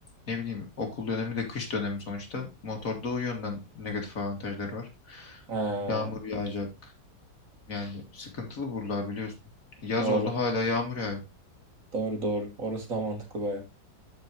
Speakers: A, on the left; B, on the right.
A: ne bileyim okul dönemi de kış dönemi sonuçta motorda o yönden negatif avantajları var.
B: Ha,
A: Yağmur yağacak yani sıkıntılı buralar biliyorsun. Yaz
B: doğru.
A: oldu hala yağmur yağıyor.
B: Doğru doğru. Orası da mantıklı baya.